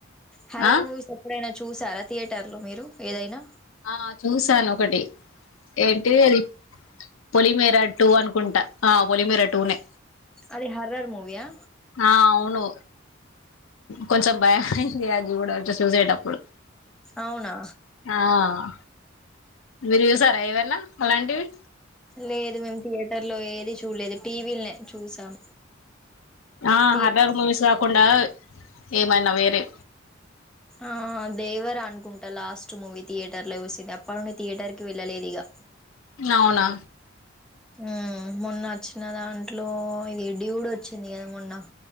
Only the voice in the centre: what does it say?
హర్రర్
మూవీస్ ఎప్పుడైనా చూసారా థియేటర్ లో మీరు ఏదైనా
అది హర్రర్ మూవీయా
అవునా
లేదు మేము థియేటర్ లో ఏది చూడలేదు టీవీల్నే చూసాం
థియేటర్
ఆ దేవర అనుకుంటా లాస్ట్ మూవీ థియేటర్ లో చూసింది అప్పడ నుండి థియేటర్ కి వెళ్ళలేదిగా
ఉమ్ మొన్న వచ్చిన దాంట్లో ఇది డ్యూడ్ వచ్చింది గదా మొన్న